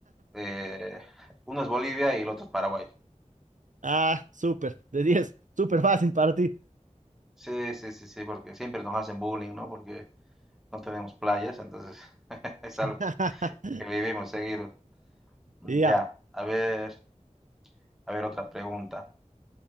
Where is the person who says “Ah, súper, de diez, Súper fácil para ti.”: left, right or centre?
Right